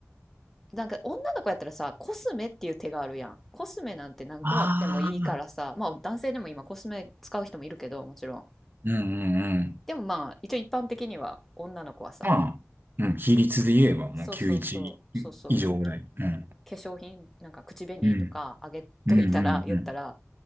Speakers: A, in the centre; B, on the right (about 40°).
A: なんか女の子やったらさ、コスメっていう手があるやん。コスメなんて何個あってもいいからさ、
B: ああ。
A: まあ男性でも今コスメ使う人もいるけど、もちろん。
B: うんうんうん。
A: でもまあ一応一般的には女の子はさ、
B: まあ、うん、比率で言えばもう91以上ぐらい。
A: そうそうそう、そうそう、
B: うん。
A: 化粧品、なんか口紅とかあげといたら、
B: うん。うん、うん、
A: 言ったら、